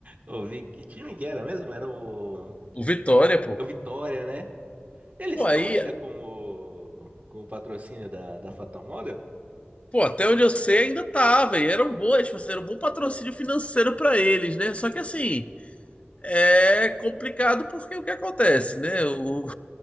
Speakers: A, on the right; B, on the left.
A: Ouvi. Que time que era mesmo? Era o,
B: O Vitória, pô.
A: o Vitória, né? Eles
B: Pô,
A: estão
B: aí,
A: ainda com o, com o patrocínio da, da Fatal Model?
B: pô, até onde eu sei ainda tá, velho. Era um bom, tipo, assim, era um bom patrocínio financeiro pra eles, né? Só que assim, é complicado porque o que acontece, né? O,